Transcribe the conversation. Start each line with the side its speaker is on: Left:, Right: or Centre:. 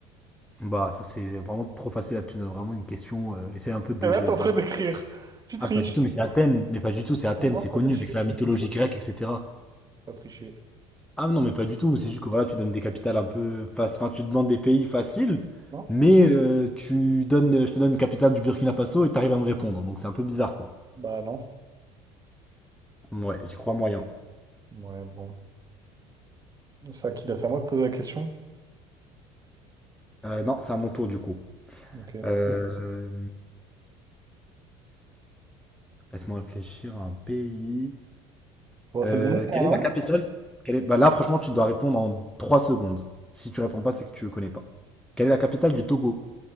Centre: Bah, ça c'est vraiment trop facile là, tu me donnes vraiment une question. euh, essaye un peu de,
Right: Et là,
Centre: de,
Right: t'es en
Centre: de-
Right: train d'écrire. Tu triches.
Centre: Ah, pas du tout, mais c'est Athènes. Mais pas du tout, c'est Athènes,
Right: Non, non,
Centre: c'est connu
Right: t'as triché,
Centre: avec la
Right: t'as
Centre: mythologie
Right: triché,
Centre: grecque, etc.
Right: t'as triché.
Centre: Ah non, mais pas du tout, c'est juste que voilà, tu donnes des capitales un peu. fac- Enfin, tu demandes des pays faciles,
Right: Non?
Centre: mais euh, tu donnes, je te donne une capitale du Burkina Faso et t'arrives à me répondre. Donc c'est un peu bizarre, quoi.
Right: Bah non.
Centre: Ouais, j'y crois moyen.
Right: Ouais, bon. C'est à qui là? C'est à moi de poser la question?
Centre: Euh, non, c'est à mon tour du coup.
Right: Ok.
Centre: Euh, euh, Laisse-moi réfléchir à un pays.
Right: Bon, c'est
Centre: Euh,
Right: le dernier,
Centre: quelle
Right: hein, non?
Centre: est la capitale? quelle est- bah là, franchement, tu dois répondre en 3 secondes. Si tu réponds pas, c'est que tu connais pas. Quelle est la capitale du Togo?